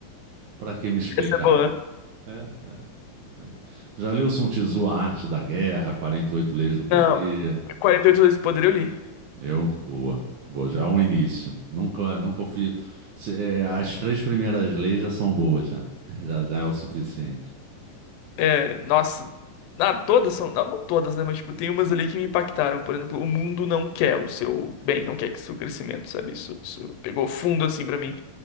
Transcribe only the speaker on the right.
pra que me explicar?
É, é, é. Já leu Sun Tzu, A Arte da Guerra, 48 Leis do Poder?
Eu? Boa. Boa, já é um início. Nunca, nunca fiz. se- é, as três primeiras leis já são boas, já. Já, já é o suficiente.